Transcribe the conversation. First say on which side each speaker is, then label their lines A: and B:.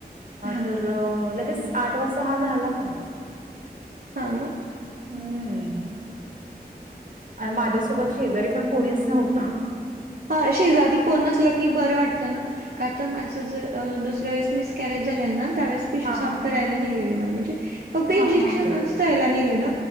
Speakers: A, on the right; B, on the right.
A: हां,
B: तर लगेच आठ वाजता हा झाला पण
A: हा ना.
B: हम्म आणि माझ्यासोबत शेजारी पण कोणीच नव्हत.
A: हा शेजारी कोण नसल की बर वाटत ना का तर माणसाच दुसऱ्या वेळेस मिस कॅरेज झालेला ना त्यावेळेस पिशवी
B: हां,
A: साफ
B: हां,
A: करायला नेलेले मला म्हणजे फक्त इंजेक्शनच
B: हां, हां.
A: द्यायला नेलेले